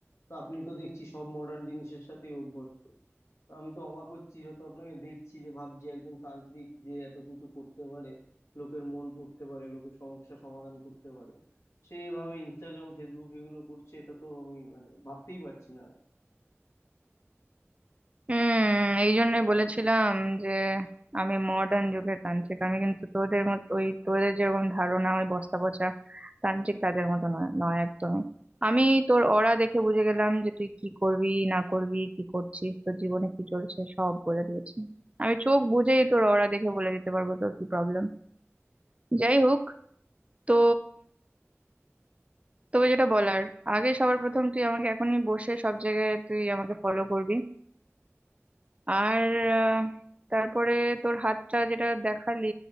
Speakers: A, on the left; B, on the right.
A: তো আপনি তো দেখছি সব মডার্ন জিনিসের সাথেই অভ্যস্ত তো আমি তো অবাক হচ্ছি যত আপনাকে দেখছি যে ভাবছি একজন তান্ত্রিক যে এত কিছু করতে পারে লোকের মন পড়তে পারে লোকের সমস্যা সমাধান করতে পারে সে এভাবে ইনস্টাগ্রাম ফেসবুক এগুলো করছে এটা তো আমি মানে ভাবতেই পারছি না
B: হুম এই জন্যই বলেছিলাম যে আমি মডার্ন যুগের তান্ত্রিক আমি কিন্তু তোদের মত ওই তোদের যেরকম ধারণা ওই বস্তা পচা তান্ত্রিক তাদের মতো নয় নয় একদমই আমি তোর অরা দেখে বুঝে গেলাম যে তুই কি করবি না করবি কি করছিস তোর জীবনে কি চলছে সব বলে দিয়েছি আমি চোখ বুঝেই তোর অরা দেখে বলে দিতে পারবো তোর কি প্রবলেম যাই হোক তো তোকে যেটা বলার আগে সবার প্রথম তুই আমাকে এখনই বসে সব জায়গায় তুই আমাকে ফলো করবি আর আহ, তারপরে তোর হাতটা যেটা দেখালি